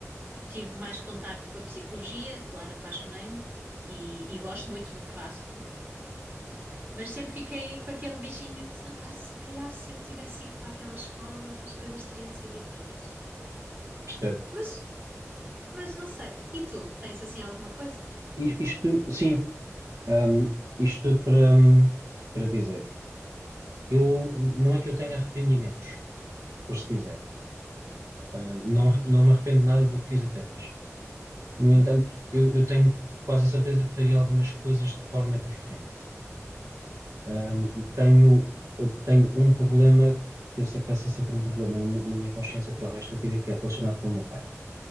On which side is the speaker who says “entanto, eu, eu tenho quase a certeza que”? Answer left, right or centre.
Right